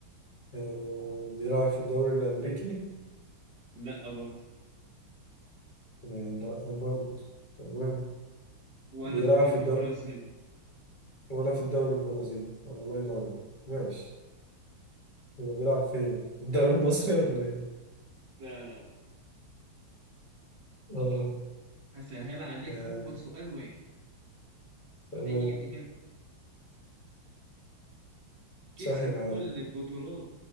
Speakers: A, on the left; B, on the right.
A: آه، بيلعب في الدوري الأمريكي
B: لا برضه
A: يعني لا برضه تمام
B: ولا
A: بيلعب
B: في الدوري
A: في الدوري
B: البرازيلي
A: ولا في الدوري البرازيلي الله ينور ماشي هو بيلعب فين؟ في الدوري المصري ولا ايه؟
B: لا
A: اه
B: هسهل عليك
A: آه.
B: هو سؤال واحد
A: تمام
B: هي إجا- كسب
A: سهل عليا
B: كل البطولات